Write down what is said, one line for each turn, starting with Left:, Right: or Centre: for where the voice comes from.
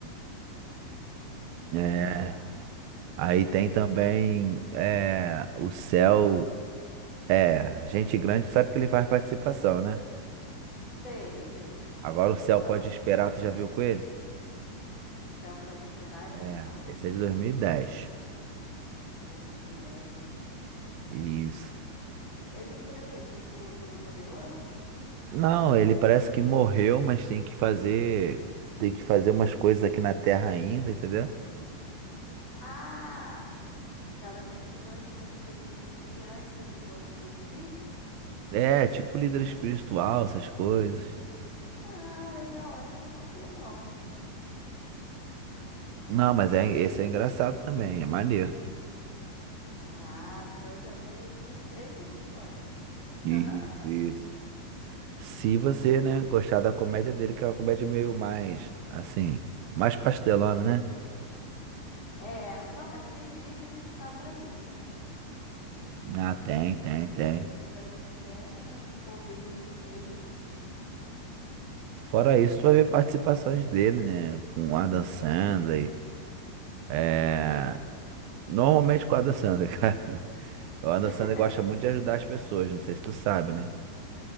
Left: Eita.
Right: É.
Left: <laughs>
Right: Aí tem
Left: Bem,
Right: também é, o céu. É, gente grande sabe que ele faz participação, né?
Left: sei, sei.
Right: Agora o Céu
Left: Gosto,
Right: Pode Esperar,
Left: adoro.
Right: tu já viu com ele?
Left: O céu pode esperar? Acho
Right: É,
Left: que não.
Right: esse é de 2010.
Left: 2010.
Right: Isso.
Left: Ele seria o quê? Tipo, todo-poderoso?
Right: Não, ele parece que morreu, mas tem que fazer, tem que fazer umas coisas aqui na Terra ainda, entendeu?
Left: Ah! Aquelas missões que você tem que cumprir antes de conseguir subir?
Right: É, tipo líder espiritual, essas coisas.
Left: Ah, legal. Acho que eu não vi, não.
Right: Não, mas é,
Left: É.
Right: esse é engraçado também, é maneiro.
Left: Ah, então eu já tenho aqui três opções.
Right: Isso,
Left: <laughs>
Right: isso. Se você, né, gostar da comédia dele, que é uma comédia meio mais, assim, mais pastelona, né?
Left: É, não, mas tem dia que a gente dá pra isso, né?
Right: Ah, tem, tem, tem.
Left: Filmes assim, bem bobinhos mesmo.
Right: Fora isso, tu vai ver participações dele, né? Com o Adam Sandler. É... Normalmente com o Adam Sandler, <laughs> cara. O Adam
Left: <laughs>
Right: Sandler gosta muito de ajudar as pessoas, não sei se tu sabe, né?